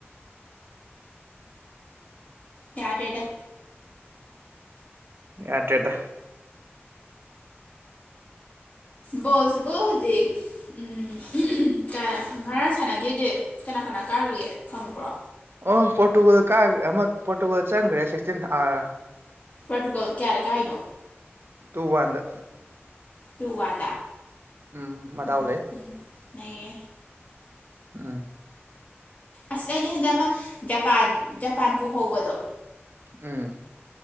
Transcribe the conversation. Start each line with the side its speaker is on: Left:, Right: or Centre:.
Left: ꯌꯥꯗꯔꯦꯗ
Right: ꯌꯥꯗꯔꯦꯗ
Left: ꯕꯣꯜꯁꯤꯕꯣ ꯍꯧꯖꯤꯛ ꯎꯝ ꯉ ꯉꯔꯥꯡ ꯁꯥꯟꯅꯈꯤꯗꯦ ꯀꯅꯥ ꯀꯅꯥ ꯀꯥꯈꯔꯒꯦ ꯈꯪꯕ꯭ꯔꯣ
Right: ꯑꯣ ꯄꯣꯔꯇꯨꯒꯜ ꯀꯥ ꯑꯃ ꯄꯣꯔꯇꯨꯒꯜ ꯆꯪꯈ꯭ꯔꯦ ꯁꯤꯛꯁꯇꯤꯟ ꯑꯥ
Left: ꯄ꯭ꯔꯣꯇꯨꯀꯜ ꯀꯌꯥꯗ ꯀꯥꯏꯅꯣ
Right: ꯇꯨ ꯋꯥꯟꯗ
Left: ꯇꯨ ꯋꯥꯟꯗ
Right: ꯎꯝ ꯃꯗꯥꯎ
Left: ꯑꯣ
Right: ꯂꯩ
Left: ꯎꯝ ꯅꯩꯔꯦ
Right: ꯎꯝ
Left: ꯑꯁ ꯑꯩꯗꯤ ꯍꯟꯗꯛ ꯑꯃ ꯖꯄꯥꯟ ꯖꯄꯥꯟ ꯄꯣꯍꯧꯕꯗꯣ
Right: ꯎꯝ